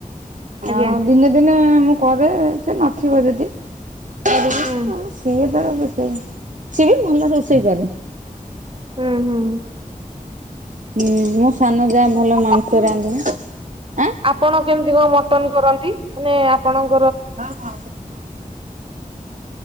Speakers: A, on the right; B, on the right.
A: ଆଜ୍ଞା।
B: ଆଉ ଦିନେ ଦିନେ ମୁଁ କରେ ସେ ନଥିବ ଯଦି କରିବି
A: ହୁଁ।
B: ଆଉ <unintelligible> ରୋଷେଇ ସେ ବି ଭଲ ରୋଷେଇ କରେ।
A: ହୁଁ ହୁଁ
B: ହୁଁ ମୋ ସାନ ଯା ଭଲ ମାଂସ
A: ଆଉ
B: ରାନ୍ଧେ ଆଁ
A: ଆପଣ କେମିତି କଣ ମଟନ କରନ୍ତି ମାନେ ଆପଣଙ୍କ
B: ହଁ।